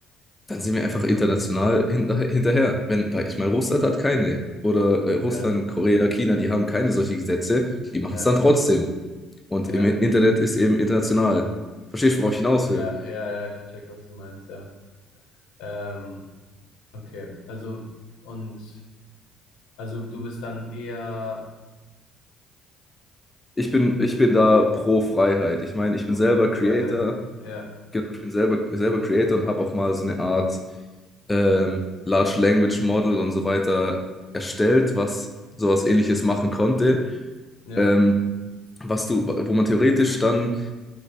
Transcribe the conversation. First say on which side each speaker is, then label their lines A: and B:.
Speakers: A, on the left; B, on the left.
A: Dann sind wir einfach international hinter, hinterher. Wenn, weil ich meine, Russland hat keine. Oder äh, Russland,
B: Ja,
A: Korea, China, die haben keine solche Gesetze. Die machen
B: ja.
A: es dann trotzdem. Und
B: Ja,
A: im Internet ist eben international. Verstehst du, worauf ich hinaus
B: ja,
A: will?
B: ja, ja, ich check, was du meinst, ja. Ähm, okay, also und also du bist dann eher
A: Ich bin, ich bin da pro Freiheit. Ich meine, ich bin
B: pro,
A: selber
B: pro
A: Creator.
B: Freiheit. Ja,
A: Genau, Ich bin selber, selber Creator und habe auch mal so eine Art ähm, Large Language Model und so weiter erstellt, was sowas Ähnliches machen konnte.
B: ja,
A: Ähm, was du, wo man theoretisch dann